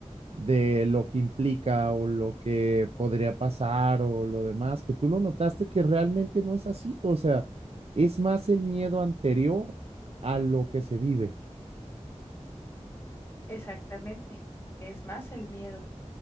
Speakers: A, on the right (about 55°); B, on the left (about 20°).
A: de lo que implica o lo que podría pasar o lo demás, que tú lo notaste que realmente no es así, o sea, es más el miedo anterior a lo que se vive.
B: Exactamente. Es más el miedo.